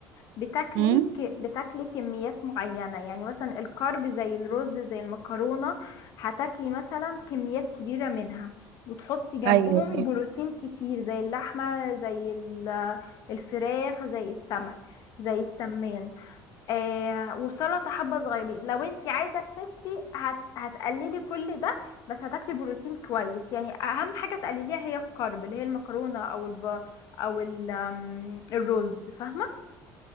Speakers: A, on the left; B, on the right.
A: بتاكلي
B: مم.
A: ك- بتاكلي كميات معينة يعني مثلا الكارب زي الرز زي المكرونة هتاكلي مثلا كميات كبيرة منها وتحطي جنبهم
B: ايوه ايوه
A: بروتين كتير زي اللحمة زي ال- الفراخ زي السمك زي السمان آه والسلطه حبه صغيرين لو انت عايزه تخسي هت... هتقللي كل ده بس هتاكلي بروتين كويس يعني اهم حاجه تقلليها هي الكارب اللي هي المكرونه او الب... او ال... آم، الرز فاهمه